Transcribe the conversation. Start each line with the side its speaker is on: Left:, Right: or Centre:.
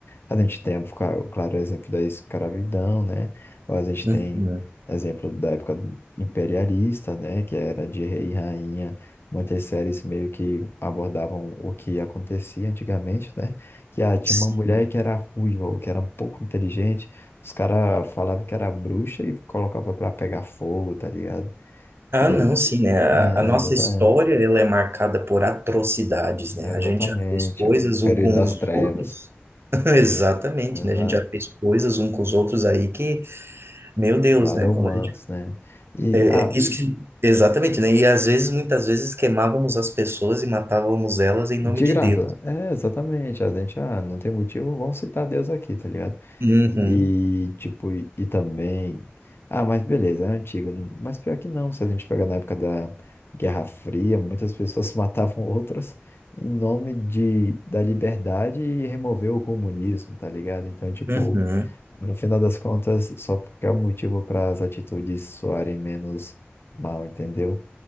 Left: A gente tem, o cla- o claro, o exemplo da escravidão, né? Ou a gente
Right: uhum.
Left: tem exemplo da época imperialista, né? Que era de rei e rainha. Muitas séries meio que abordavam o que acontecia antigamente, né? Que ah, tinha
Right: Sim.
Left: uma mulher que era ruiva ou que era um pouco inteligente. Os caras falavam que era bruxa e colocava pra pegar fogo, tá ligado?
Right: Ah,
Left: E aí,
Right: não, sim, né? A
Left: é,
Right: a nossa
Left: exatamente.
Right: história, ela é marcada por atrocidades, né?
Left: Exatamente,
Right: A gente já fez coisas
Left: o período
Right: um com
Left: das
Right: os
Left: trevas,
Right: outros. <laughs> Exatamente,
Left: exato,
Right: né? A gente já fez coisas um com os outros aí que Meu Deus,
Left: nada
Right: né?
Left: humanos,
Right: Quando a gente...
Left: né? E,
Right: é,
Left: ah,
Right: é, isso que... Exatamente, né? E às vezes, muitas vezes, queimávamos as pessoas e matávamos elas em
Left: de
Right: nome de
Left: graça,
Right: Deus.
Left: é exatamente, a gente, ah, não tem motivo, vamos citar Deus aqui, tá ligado?
Right: Uhum,
Left: E, tipo, e, e também, ah, mas beleza, é antigo, mas pior que não, se a gente pegar na época da Guerra Fria, muitas pessoas <laughs> matavam outras em nome de, da liberdade e remover o comunismo, tá ligado? Então, tipo,
Right: uhum,
Left: No final das contas, só porque é um motivo para as atitudes soarem menos mal, entendeu?